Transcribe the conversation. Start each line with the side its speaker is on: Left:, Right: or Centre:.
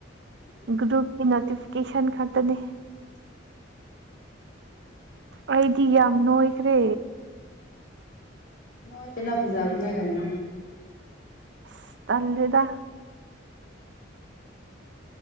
Right: ꯒ꯭ꯔꯨꯞꯨꯞꯀꯤ ꯅꯣꯇꯤꯐꯤꯀꯦꯁꯟ ꯈꯛꯇꯅꯦ ꯑꯩꯗꯤ ꯌꯥꯝ ꯅꯣꯏꯈ꯭ꯔꯦ
Left: ꯅꯣꯏꯕꯅꯥ ꯐꯖꯥꯕꯅ ꯀꯩꯏꯅꫭ
Right: ꯑꯁ ꯇꯜꯗ